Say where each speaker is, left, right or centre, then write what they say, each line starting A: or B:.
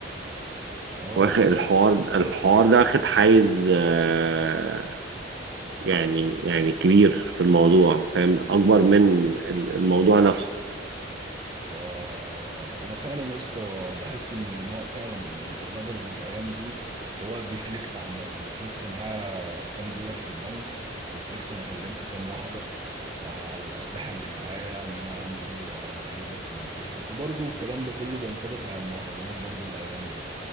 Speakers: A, on the right (about 25°); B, on the right (about 65°).
A: آه
B: واخد الحوار الحوار ده اخد حيز آه، يعني يعني كبير في الموضوع فاهم اكبر من ال- الموضوع نفسه
A: فانا فعلا يا اسطى بحس ان ما- فعلا الرابرز الايام دي هو بيفليكس عامه بفليكس معاه كام دولار في البنك بفليكس انا كلمت كام واحده آه، على الاسلحه اللي معايا ان انا انزل واجيبك في منطقتك وبرضو الكلام ده كله بينطبق على المهرجانات برضو الايام دي